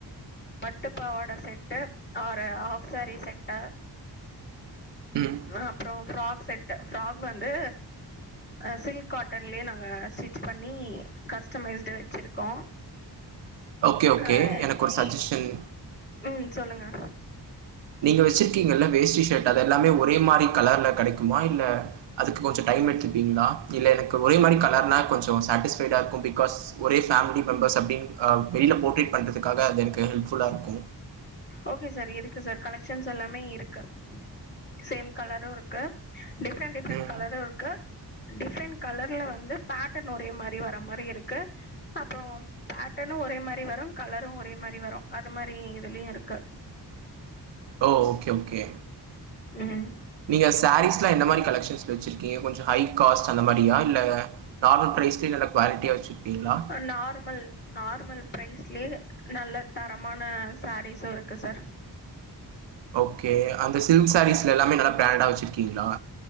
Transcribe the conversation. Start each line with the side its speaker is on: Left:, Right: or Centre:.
Left: பட்டு பாவாட செட்டு ஆரு ஆஃப் சாரீ செட்டு
Right: ம்.
Left: ஆ அப்றோ ஃப்ராக் செட்டு ஃப்ராக் வந்து அ சில்க் காட்டன்லே நாங்க ஸ்டிச் பண்ணி கஸ்டமைஸ்டு வச்சுருக்கோ
Right: ஓகே, ஓகே.
Left: ஆ
Right: எனக்கு ஒரு சஜஷன்.
Left: இ ம் சொல்லுங்க
Right: நீங்க வச்சிருக்கீங்கள வேஸ்ட்டி சட்ட அது எல்லாமே ஒரே மாரி கலர்ல கெடைக்குமா இல்ல அதுக்கு கொஞ்சோ டைம் எடுத்துப்பீங்ளா இல்ல எனக்கு ஒரே மாரி கலர்னா கொஞ்சோ சாட்டிஸ் ஃபைடா பிகாஸ் ஒரே ஃபேம்லி மெம்பர்ஸ் அப்டின் ஆ வெளில போட்ரைட் பண்றதுக்காக அது எனக்கு ஹெல்ப் ஃபுல்லா இருக்கு
Left: ஓகே சார் இருக்கு சார் கலெக்ஷன்ஸ் எல்லாமே இருக்கு சேம் கலரூ இருக்கு டிஃப்ரெண்ட் டிஃப்ரெண்ட்
Right: ம்.
Left: கலரூ இருக்கு டிஃப்ரெண்ட் கலர்ல வந்து பேட்டன் ஒரே மாரி வர மாரியு இருக்கு அப்றோ பேட்டனு ஒரே மாரி வரு கலரு ஒரே மாரி வரு அது மாரி இதுலயு இருக் கு
Right: ஓ ஓகே ஓகே
Left: ம்
Right: நீங்க சாரீஸ்லா எந்த மாரி கலெக்ஷன்ஸ் வச்சிருக்கீங்க கொஞ்சோ ஹை காஸ்ட் அந்த மாரியா இல்ல நார்மல் பிரைஸ்லே நல்லா குவாலிட்டியா வச்சுருப்பீங்ளா
Left: நார்மல் நார்மல் பிரைஸ்லே நல்ல தரமான சாரீஸு இருக்கு சார்
Right: ஓகே அந்த சில்க் சாரீஸ்ல எல்லாமே நல்லா பிரண்டா வச்சுருக்கீங்ளா